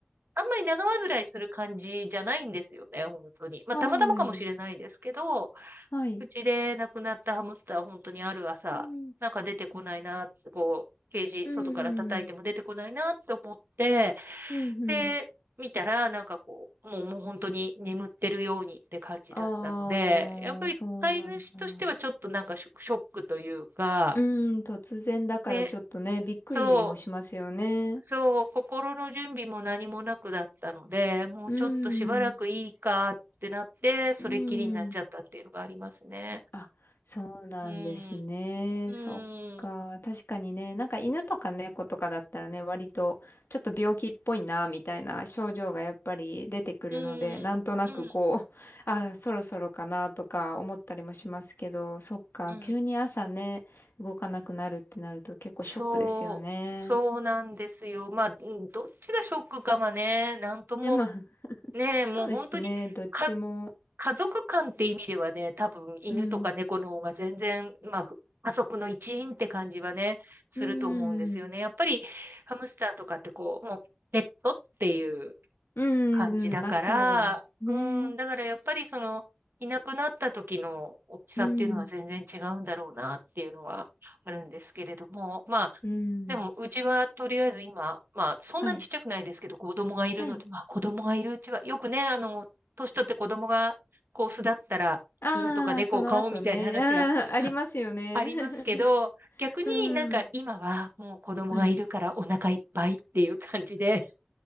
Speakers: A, on the right; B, on the left.
A: あんまり長患いする感じじゃないんですよね、本当に。まあ、
B: あ、
A: たまたまかもしれないですけど、
B: はい、はい。
A: うちで亡くなったハムスター、本当にある朝、
B: うん
A: なんか出てこないな、こう、ケージ、
B: うん、
A: 外から叩いても出てこないなって思って、
B: うん、
A: ってみたら、
B: うん。
A: なんかこう、もう、もう本当に眠ってるようにって感じだったので、
B: ああ、
A: やっぱり飼い主としてはちょっとなんかショショックというか、
B: そうなんだ。うん、突然だからちょっとね、
A: ね、
B: びっくりもしますよね。
A: そう、そう、心の準備も何もなくだったので、もうちょっとしばらくいいかってなって、
B: うん、
A: それっきりになっちゃったっていうのがありますね。
B: うん。あ、そうなんですね。
A: うん、うん、
B: そっか。確かにね、なんか犬とか猫とかだったらね、割とちょっと病気っぽいな、みたいな症状がやっぱり出てくるので、
A: うん、
B: なんとなくこう、
A: うん、
B: <laughs> あ、そろそろかなとか思ったりもしますけど、そっか。
A: うん。
B: 急に朝ね、動かなくなるってなると結構ショックですよね。
A: そう、そうなんですよ。まあ、うんどっちがショックかはね、なんとも
B: え、まあ、<laughs>
A: ねえ、もう本当に、
B: そうですね。どっちも。
A: か、家族間って意味ではね、多分犬とか猫の方が全然、
B: うん。
A: まあ、ふ家族の一員って感じはね、すると思うんですよね。
B: うん。
A: やっぱり、ハムスターとかってこう、もう、ペットっていう
B: うん。
A: 感じだから、
B: うんまあそうですね。
A: うん、だからやっぱりその、いなくなった時の大きさっていうのは全然違うんだろうなっていうのはあるんですけれども、
B: うん。
A: まあ、
B: うん。
A: でも、うちはとりあえず今、まあ、そんなにちっちゃくないですけど、
B: はい。
A: 子供がいるので、
B: はい。
A: まあ、子供がいるうちは、よくね、あの、年取って子供が、こう、巣立ったら、
B: ああ、
A: 犬とか猫を飼おうみたいな話が
B: その後ね。ああ、ありますよね。
A: ありますけど、
B: <laughs>
A: 逆になんか今はもう子供がいるからお腹いっぱいっていう感じで、
B: うん。はい。
A: <laughs>